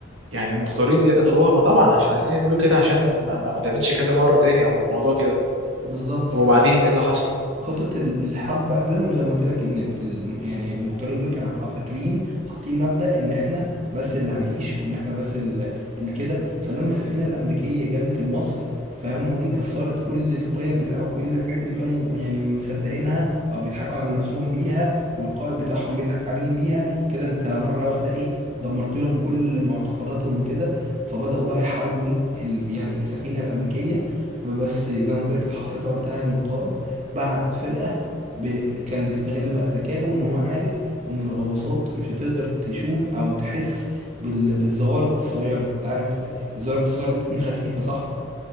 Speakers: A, on the right; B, on the right.
A: يعني المختارين ديت قتلوها ما طبعا عشان عايزين يعملوا كده عشان ما, ما, ما تعملش كذا مره تاني او الموضوع كده
B: بالظبط
A: طب
B: ف-
A: وبعدين ايه اللي حصل
B: خطة ال- الحرب بقى بينهم زي ما قلت لك ان ال- ال- يعني المختارين دول كانوا ح- فاكرين حاطين مبدأ ان احنا بس اللي هنعيش وان احنا بس ال- اللي كده فلما السفينة الأمريكية جابت المصل فهم دي كسرت كل القيم بتاع أو كل الحاجات اللي كانوا يعني مصدقينها او بيضحكوا على نفسهم بيها والقائد بتاعهم بيضحك عليهم بيها كده انت مرة واحدة ايه دمرت لهم كل معتقداتهم وكده فبدأوا بقى يحاربوا ايه ال- يعني السفينة الأمريكية فبس زي ما قلت لك اللي حصل بقى وقتها ان القائد بعت فرقة ب... كان بيستغل بقى ذكائه ان هو عارف ان الغواصات مش هتقدر تشوف او تحس بال... بالزوارق الصغيرة انت عارف الزوارق الصغيرة دي بتكون خفيفة صح؟